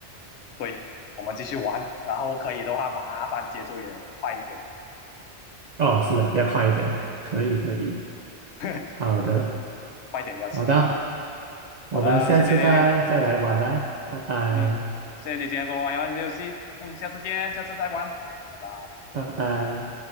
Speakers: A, on the left; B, on the right.
A: 对我们继续玩，然后可以的话，麻烦节奏也快一点，
B: 哦，是啊，要快一点了，可以，可以，
A: <laughs>
B: 好的，
A: 快点比较刺激嘛。
B: 好的，我们下次再再来玩啊，
A: 好的，谢谢你，
B: 拜拜，
A: 嗯，谢谢你今天跟我玩一玩游戏，嗯，下次见，下次再玩，拜拜。
B: 拜拜。